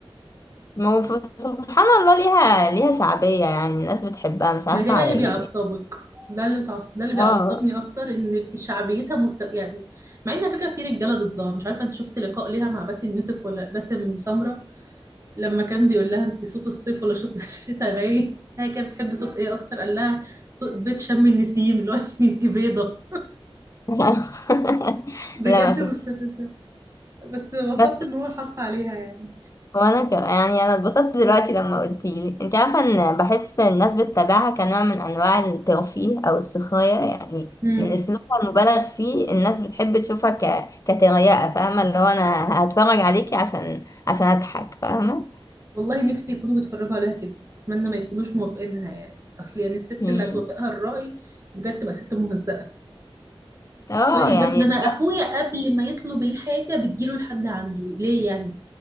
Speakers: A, on the left (about 35°); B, on the right (about 30°).
A: ما هو ف- سبحان الله ليها ليها شعبية يعني الناس بتحبها مش عارفة
B: ما ده بقى
A: على
B: اللي
A: ايه
B: بيعصبك ده اللي بتعص... ده اللي بيعصبني
A: اه
B: اكتر ان شعبيتها مست... يعني مع ان على فكره في رجاله ضدها مش عارفه انت شفت لقاء ليها مع باسم يوسف ولا باسم سمره لما كان بيقول لها انت صوت الصيف ولا صوت <laughs> الشتاء باين هي كانت بتحب صوت ايه اكتر قال لها صوت بيت شم النسيم اللي هو <laughs> يعني انت بيضه
A: <laughs>
B: بجد
A: لا ما شفتش
B: مستفزه بس انبسطت
A: بس
B: ان هو حط عليها يعني
A: وانا ك... يعني انا اتبسطت دلوقتي لما قلتي لي انت عارفه ان بحس الناس بتتابعها كنوع من انواع الترفيه او السخريه يعني
B: امم
A: من اسلوبها المبالغ فيه الناس بتحب تشوفها ك... كتريقه فاهمه اللي هو انا هتفرج عليكي عشان عشان اضحك فاهمه
B: والله نفسي يكونوا بيتفرجوا عليها كده اتمنى ما يكونوش موافقينها يعني اصل يعني الست
A: مم.
B: اللي هتوافقها الرأي بجد تبقى ست مهزأة
A: اه
B: يقول لك
A: يعني
B: بس ده انا
A: بجد-
B: اخويا قبل ما يطلب الحاجه بتجيله لحد عنده ليه يعني